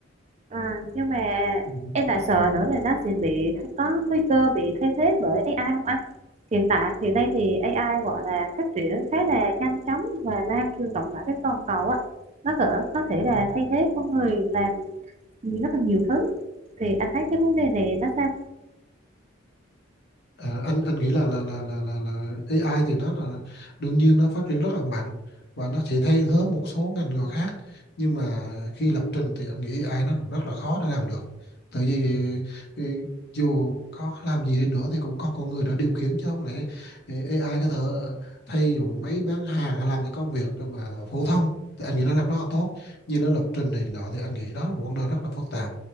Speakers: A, on the right; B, on the left.
A: À, nhưng mà
B: Ừ.
A: em lại sợ nữa là nó sẽ bị có nguy cơ bị thay thế bởi AI không anh? Hiện tại hiện nay thì AI gọi là phát triển khá là nhanh chóng và lan truyền rộng rãi trên toàn cầu á. Nó có có thể là
B: Ừ.
A: thay thế con người làm rất là nhiều thứ. Thì anh thấy cái vấn đề này nó sao?
B: À, anh anh nghĩ là là là là là, là AI thì nó là đương nhiên nó phát triển rất là mạnh và nó sẽ thay thế một số ngành nghề khác nhưng mà khi lập trình thì anh nghĩ AI nó cũng rất là khó để làm được tại vì ừ, dù có làm gì đi nữa thì cũng còn con người đã điều khiển chứ không lẽ ừ, AI có thể thay dù mấy bán hàng hay làm những công việc mà phổ thông thì anh nghĩ nó làm rất là tốt nhưng nó lập trình này nọ thì anh nghĩ đó là một vấn đề rất là phức tạp